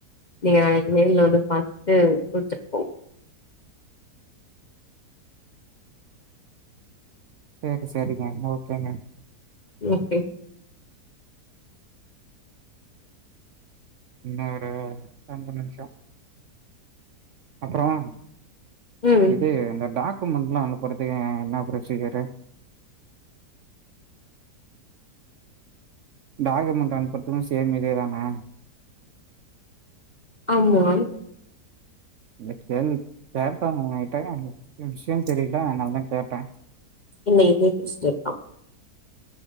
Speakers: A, on the left; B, on the right.
A: நீங்க நாளைக்கு நேரல வந்து பாத்தட்டு கொடுத்துருக்கோம்
B: செரி செரிங்க ஓகேங்க
A: ஓகே
B: இன்னொரு ரெண்டு நிமிஷம் அப்பறம்
A: ம்.
B: இது இந்த டாக க்குமண்டலாம் அனுப்பறதுக்கு என்ன புரசிஜரு டாக்குமெண்ட் அனுபறும் சேமி இதேதானே
A: ஆமா
B: இத கேள் கேட்டா எகிட்ட என விஷயம் தெரியல அதுநாலதான் கேட்டேன்
A: இ நீதுசப்ப <inaudible>